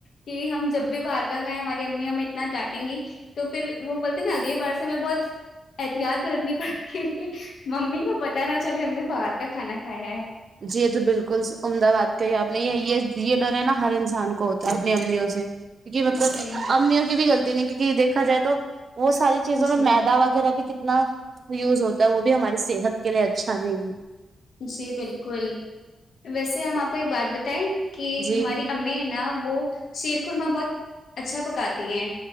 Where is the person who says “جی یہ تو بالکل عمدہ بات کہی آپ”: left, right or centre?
Right